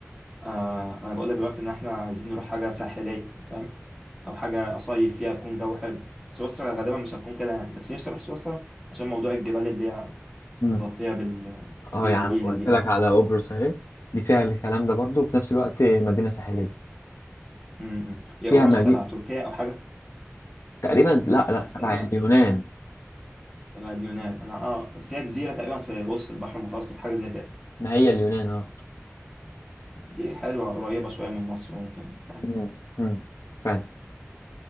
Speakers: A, in the centre; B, on the left.
A: آه انا بقول لك دلوقتي ان احنا عايزين نروح حاجه ساحليه فاهم او حاجه اصيف فيها يكون جو حلو سويسرا غالبا مش هتكون كده يعني بس نفسي اروح سويسرا عشان موضوع الجبال اللي هي
B: مم.
A: متغطية بال... بالنجيلة
B: اه يا عم قلت
A: دي
B: لك
A: أو كده
B: على قبرص اهي دي فيها الكلام ده برضو وفي نفس الوقت مدينه ساحليه
A: م-م. هي
B: فيها
A: قبرص
B: مدينة
A: تبع تركيا أو حاجة
B: تقريبا لا لا
A: حاسس
B: تبع
A: تقريبا
B: اليونان
A: تبع اليونان أنا أه بس هي جزيرة تقريبا في وسط البحر المتوسط حاجة زي كده
B: ما هي اليونان اه
A: دي حلوة قريبة شوية من مصر ممكن فاهم
B: مم. مم. فعلا